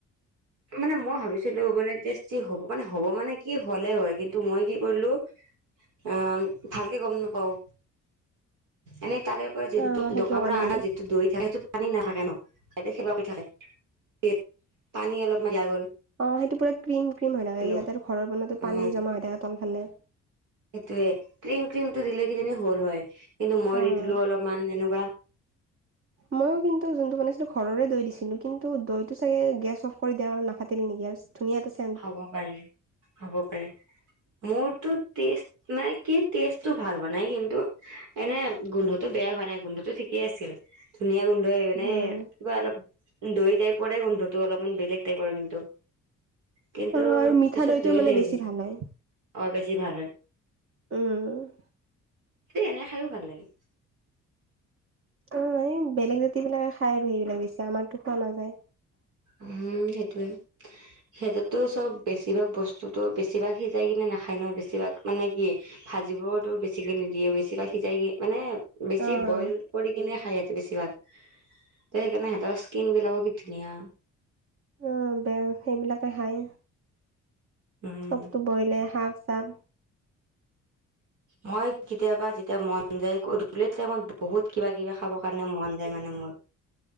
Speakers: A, on the right; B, on the right.
A: মানে মই ভাবিছিলো মানে টেষ্টি হ'ব মানে হ'ব মানে কি হ'লেই হয় কিন্তু মই কি কৰিলো। আহ ভালকৈ গম নাপাওঁ। এনেই তাৰে পৰা যিটো
B: অ' সেইটো
A: দোকান
B: কাৰণে
A: পৰা অনা যিটো দৈ, থাক সটো। পানী নাথাকে ন সতে সেৱা কৰি থাকে পানী অলপ ম দিয়া গ'ল।
B: অ সেইটো পুৰা ক্ৰ্ৰীম, -ক্ৰ্ৰীম হৈ থাকে ইয়াতে
A: লগত
B: ঘৰৰ বনো
A: উম
B: পানী জমা হৈ থাকে তলফালে।
A: সেইটোয়ে ক্ৰীম ক্ৰীমটো দিলে কিজানি হল হয় কিন্তু মই
B: অ'
A: দি দিলো অলপমান এনেকুৱা
B: মইও কিন্তু কিন্তু যোনটো বনাইছিলো ঘৰৰে দৈ, দিছিলো কিন্তু দৈটো চাগে গেছ অফ কৰি দিয়াৰ কাৰেণে নাফাতিল নেকি ধুনীয়া এটা চেন্ট-
A: হ'ব পাৰে হ'ব পাৰে। মোৰতো তেষ্ট মানে কি তেষ্টটো ভাল হোৱা নাই কিন্তু- এনে গোন্ধটো বেয়া হোৱা নাই গোন্ধটো ঠিকেই আছিল ধুনীয়া গোন্ধই মানে
B: উম
A: কিবা অলপ দৈ, টাইপৰে গোন্ধটো অলপমান বেলেগ টাইপৰ কিন্তু। কিন্তু
B: অ' আৰু মিঠা
A: পিছত
B: দৈটোৰ
A: দৈ
B: মানে
A: হেৰি
B: বেছি
A: হৈছে
B: ভাল হয়
A: অ বেছি ভাল হয়।
B: উম
A: এ এনে খায়ো ভাল লাগে।
B: অ এই বেলেগ জাতি বিলাকে খাই আৰু সেইবিলাক বেছি আমাৰতো খোৱা নাযায়।
A: উম সেইটোয়ে সিহঁতেতো চব বেছিভাগ বস্তুটো বেছিভাগ সিজাই কিনে নাখায় ন বেছিভাগ মানে কি ভাজিবতো বেছিকে নিদিয়ে বেছি বা সিজাইগ মানে বেছি
B: অ'
A: বইল। কৰি কিনে খাই সিহঁতে বেছি ভাগ ত সেইকাৰণে সিহঁতৰ স্কিন বিলাক কি ধুনীয়া
B: উম সেতে সেইবিলাকে খায়
A: উম
B: চবটো বইলে শাক চাক
A: মই কেতিয়াবা যেতিয়া মন যায় কৰি আবেলি টাইমত বহুত কিবা কিবি খাবৰ কাৰণে মন যায় মানে মোৰ